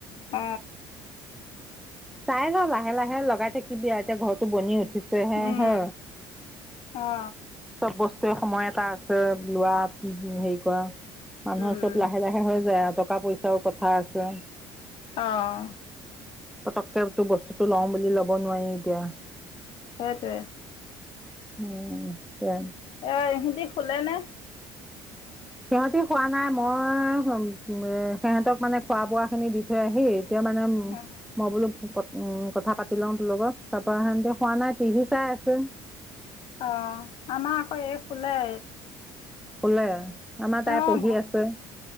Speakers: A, on the left; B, in the centre.
A: অ
B: চাই ল লাহে লাহে লগাই থাকিবি আউ এতিয়া ঘৰটো বনি আছে ছেহে
A: উম
B: হে
A: অ
B: চব বস্তুৱে সময় এটা আছে লোৱাত, হেৰি কৰা মানুহৰ
A: উম
B: চব লাহে লাহ হে হৈ যায় আৰু টকা পইচাও কথা আছে
A: অ'
B: পতককেটো বস্তুটো লওঁ বুলি ল'ব নোৱাৰি এতিয়া
A: সেইটোৱে
B: উম হেইটোৱে
A: এ ইহেতি শুলেনে?
B: সিহঁতি শুৱা নাই, মই সিহঁতক মানে খোৱা বোৱা খিনি দি থৈ আহি এতিয়া মানে
A: <unintelligible>
B: মই বোলো কথা পাতি লওঁ তোৰ লগত, তাপা সিহঁতি হোৱা নাই টিভি চাই আছে। <inaudible>
A: অ', আমা আক এই শুলে।
B: শুলে, আমাৰ তাই
A: অ
B: পঢ়ি
A: ভাগ
B: আছে।